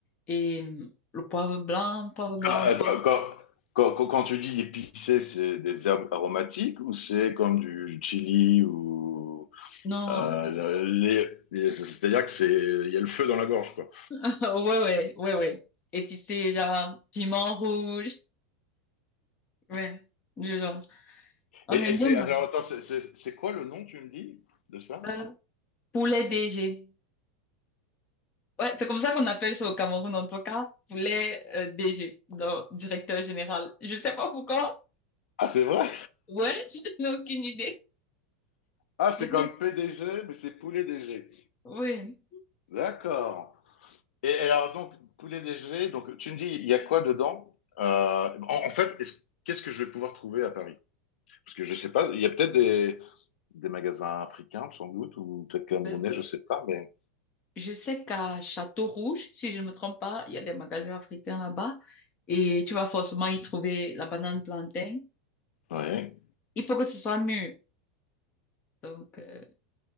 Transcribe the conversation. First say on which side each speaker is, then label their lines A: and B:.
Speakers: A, on the left; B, on the left.
A: et hum, le poivre blanc, poivre blanc,
B: Ah, attends,
A: poivre...
B: quand, quand, quand- quand tu dis épicé, c'est des herbes aromatiques ou c'est comme du chili ou
A: Non,
B: euh,
A: du-
B: les, les- c'est-à-dire que c'est il y a le feu dans la gorge quoi.
A: <laughs> ouais, ouais, ouais, ouais. Épicé, genre, piment rouge. Ouais, du genre. On
B: Et,
A: aime
B: et c'est
A: bien manger
B: alors attends, c'est c'est- c'est quoi le nom tu me dis de ça?
A: ça. Poulet DG. Ouais, c'est comme ça qu'on appelle ça au Cameroun, en tout cas. Poulet euh, DG, donc directeur général. Je sais pas pourquoi.
B: Ah, c'est vrai?
A: Ouais, <laughs> je n'ai aucune idée.
B: Ah, c'est
A: Je-
B: comme PDG, mais c'est poulet DG.
A: Oui.
B: D'accord. Et alors, donc, poulet léger, donc tu me dis, il y a quoi dedans? Euh, en, en fait, est-ce- qu'est-ce que je vais pouvoir trouver à Paris? Parce que je sais pas, il y a peut-être des, des magasins africains, sans doute, ou peut-être camerounais,
A: Ouais, ouais.
B: je sais pas, mais.
A: Je sais qu'à Château Rouge, si je ne me trompe pas, il y a des magasins africains là-bas et tu vas forcément y trouver la banane plantain.
B: Ouais.
A: Il faut que ce soit mûr. Donc, euh,